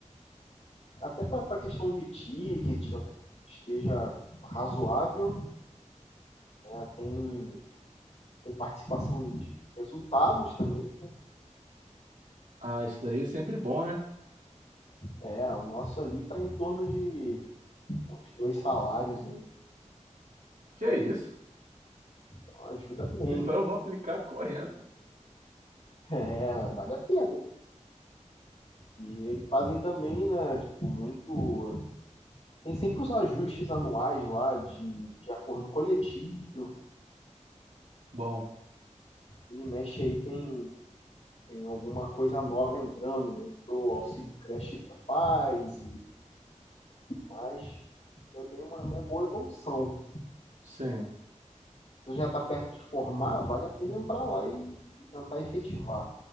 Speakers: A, on the left; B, on the right.
A: Até para a questão de ticket, eu acredito que esteja razoável. né? Tem, tem participação de resultados também.
B: Ah, isso daí é sempre bom, né?
A: É, o nosso ali está em torno de uns dois salários, né?
B: Que é isso? <laughs>
A: Então ajuda bem.
B: Então eu vou aplicar correndo.
A: <laughs> É, vale a pena. E eles fazem também, né, tipo, muito tem sempre os ajustes anuais lá de, de acordo coletivo.
B: Bom,
A: Ele mexe aí, tem, tem alguma coisa nova entrando, né? Pro auxílio creche para pais e mais. Também uma, uma boa evolução.
B: sim,
A: Se você já está perto de formar, vale a pena entrar lá e, e tentar efetivar.